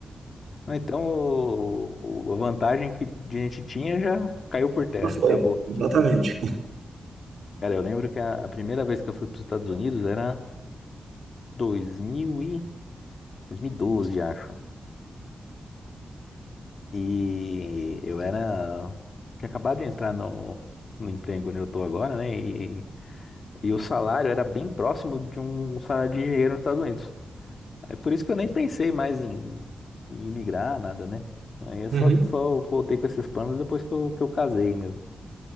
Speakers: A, on the left; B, on the right.
A: Ah, Então, o- o- a vantagem que a gente tinha já caiu por terra,
B: Não foi?
A: acabou.
B: Exatamente.
A: Cara, eu lembro que a, a primeira vez que eu fui para os Estados Unidos era 2000 e, 2012, acho. E eu era. Tinha acabado de entrar no, no emprego onde eu tô agora, né? E, e o salário era bem próximo de um salário de engenheiro nos Estados Unidos. É por isso que eu nem pensei mais em, em imigrar, nada, né? Aí eu só,
B: Uhum.
A: só voltei com esses planos depois que eu, que eu casei mesmo.